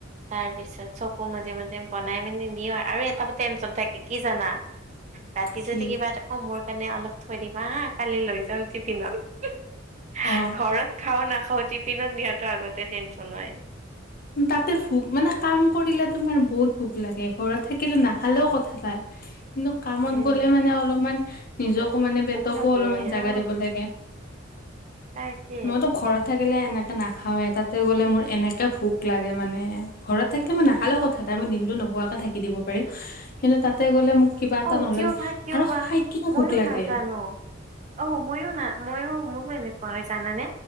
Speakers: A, on the right; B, on the left.
A: তাৰ পিছত চব আকৌ মাজে -মাজে বনাই মানি নিও আৰু এটা আক টেনচন থাকে কি জানা? ৰাতি
B: কি
A: যদি কিবা এটা অ, মোৰ কাৰণে অলপ থৈ দিবা হা কালি লৈ যাম। টিফিনত <unintelligible>
B: অ
A: ঘৰত খাওঁ নাখাওঁ টিফিনত নিয়াটো আগতে টেনচন নাই।
B: তাতে ভোক মানে কাম কৰিলে তোমাৰ বহুত ভোক লাগে ঘৰত থাকিলে নাখালেওঁ কথা নাই। <inaudible> কিন্তু কামত
A: উম
B: গ'লে মানে অলপমান নিজকো মানে
A: ভোক
B: পেটকো
A: লাগে
B: অলমান জাগা
A: হা
B: দিব লাগে।
A: তাকে
B: মইতো ঘৰত থাকিলে এনেকে নাখাওঁৱে তাতে গলে মোৰ এনেকে ভোক ভোক লাগে মানে ঘৰত থাকিলে মই নাখালেও কথা এটা মই দিনটো নোখোৱাকে থাকি দিব পাৰিম কিন্তু তাতে গ'লে মোক কিবা এটা
A: অ
B: নলয়
A: কিয় বা কিয়
B: আৰু
A: বা
B: খাই কিনে
A: মইয়ো
B: ভোক লাগে।
A: নাজানো অ, ময়ো নাই ময়ো মোৰো এনেকুৱা হয় জানানে?